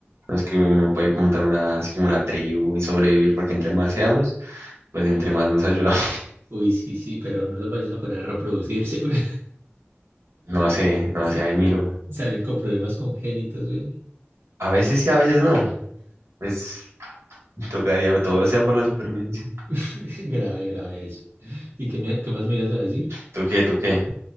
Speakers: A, on the right; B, on the right.
A: no es que uno puede montar una, así como una tribu y sobrevivir, porque entre más seamos, pues entre más nos ayudamos,
B: Uy, sí, sí, pero no los vayas a poner a reproducirse, güey.
A: <laughs> no sé, no sé,
B: <laughs>
A: no
B: Sa-
A: sé, ahí miro.
B: Salen con problemas congénitos, güey.
A: A veces sí, a veces no, pues tocaría, todo sea por la supervivencia.
B: <laughs> Grave, grave eso. ¿Y qué, me- qué más me ibas a decir?
A: ¿Tú qué, tú qué?